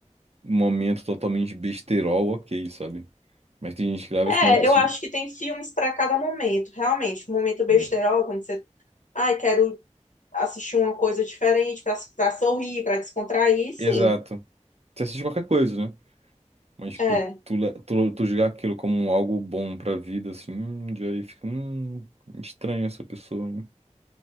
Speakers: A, on the right (about 55°); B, on the left (about 85°).
A: momento totalmente besterol, ok, sabe? Mas tem gente que leva
B: É,
A: esse. mo- esse...
B: eu acho que tem filmes pra cada momento, realmente. Momento besterol,
A: hum,
B: quando você, ai, quero assistir uma coisa diferente, pra, pra sorrir, pra descontrair,
A: Exato.
B: sim.
A: Você assiste qualquer coisa, né? Mas, tipo,
B: É.
A: tu, le- tu, tu julgar aquilo como algo bom pra vida, assim, já aí fica, hum, estranho essa pessoa, hein?